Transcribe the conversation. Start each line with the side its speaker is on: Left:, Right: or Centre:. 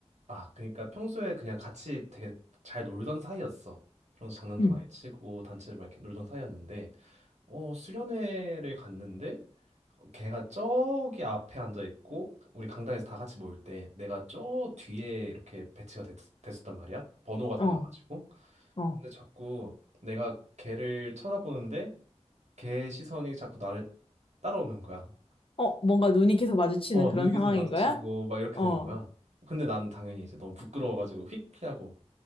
Right: 아 그러니까 평소에 그냥 같이 되게 잘 놀던 사이였어. 평소 장난도
Left: 응.
Right: 많이 치고 단체로 막 이렇게 놀던 사이였는데 어 수련회를 갔는데 어, 걔가 저기 앞에 앉아 있고 우리 강당에서 다 같이 모일 때 내가 저 뒤에 이렇게 배치가 됐, 됐었단 말이야. 번호가 달라가지고.
Left: 어, 어.
Right: 근데 자꾸 내가 걔를 쳐다보는데 걔 시선이 자꾸 나를 따라오는 거야.
Left: 어, 뭔가 눈이 계속 마주치는
Right: 어,
Left: 그런
Right: 눈이 계속
Left: 상황인
Right: 마주치고
Left: 거야?
Right: 막 이렇게
Left: 어,
Right: 되는
Left: 어,
Right: 거야. 근데 난 당연히 이제 너무 부끄러워가지고 휙 피하고